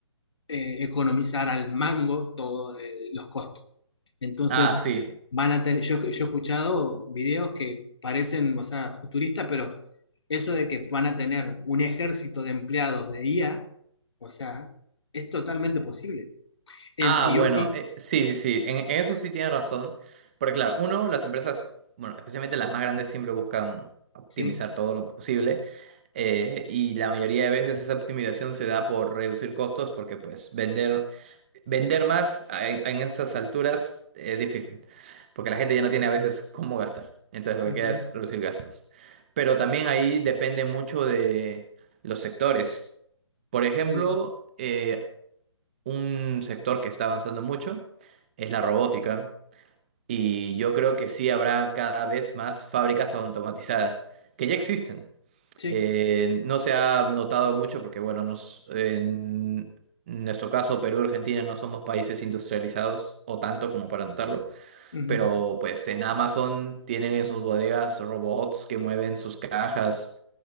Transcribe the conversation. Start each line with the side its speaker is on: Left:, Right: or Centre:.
Left: eh, economizar al mango todos los costos. Entonces,
Right: Ah, sí.
Left: van a tener, yo, yo he escuchado videos que parecen, o sea, futuristas, pero eso de que van a tener un ejército de empleados de IA, o sea, es totalmente posible. Ent-
Right: Ah,
Left: y,
Right: bueno,
Left: y-
Right: eh, sí, sí, sí, en eso sí tiene razón, porque claro, uno, las empresas, bueno, especialmente las más grandes siempre buscan optimizar
Left: sí.
Right: todo lo posible eh, y la mayoría de veces esa optimización se da por reducir costos porque pues vender, vender más a- en, en estas alturas es difícil, porque la gente ya no tiene a veces cómo gastar, entonces lo que
Left: Ujú,
Right: queda es reducir gastos, pero también ahí depende mucho de los sectores. Por ejemplo,
Left: Sí,
Right: eh, un sector que está avanzando mucho es la robótica y yo creo que sí habrá cada vez más fábricas automatizadas que ya existen.
Left: sí,
Right: Eh, no se ha notado mucho porque, bueno, nos- en nuestro caso, Perú y Argentina no somos países industrializados o tanto como para notarlo,
Left: ujú,
Right: pero pues en Amazon tienen en sus bodegas robots que mueven sus cajas,